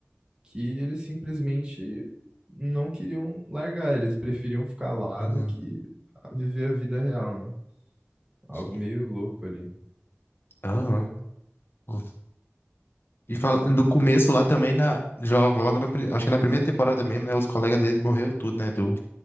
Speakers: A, on the right (about 20°); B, on the left (about 55°).
A: que eles simplesmente não queriam largar, eles preferiam ficar lá
B: Aham.
A: do que viver a vida real, né? Algo
B: Sim.
A: meio louco ali.
B: Aham. Pô. E fala, do começo lá também, na, joga logo na, pri- acho que na primeira temporada mesmo, né? Os colegas dele morreram tudo, né? Do,